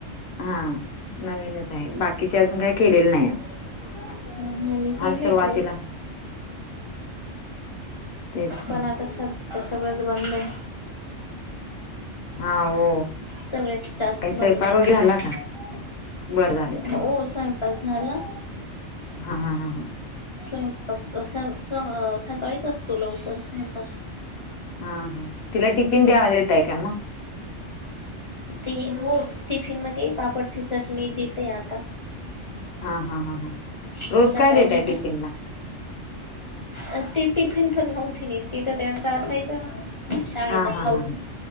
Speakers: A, on the left (about 65°); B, on the left (about 35°).
A: हां. नवीनच आहे. बाकीचे
B: <inaudible>
A: अजून काही केलेले नाहीत. हा
B: केलेय
A: सुरवातीला
B: काही
A: तेच की.
B: पण आता स सगळंच बंद आहे.
A: हा हो.
B: सगळेच टास्क
A: काही स्वयंपाक
B: बंद येत
A: वगैरे झाला
B: आता
A: का? बरं झालं तर मग.
B: ओ स्वयंपाक झाला?
A: हा हा हा हा
B: स्वयंपाक असा स अ सकाळीच असतो लवकर स्वयंपाक.
A: हा हा तिला टिफिन द्या देताय काय म
B: ते हो टिफिन मध्ये पापडची चटणी देतय आता.
A: हा हा हा हा रोज
B: सकाळी
A: काय देताय
B: दूध
A: टिफिन ला?
B: अ ती टिफिन पण नव्हती नेत तिथं त्यांच असायचा ना शाळेचा
A: हां, हां,
B: खाऊ
A: हां, हां.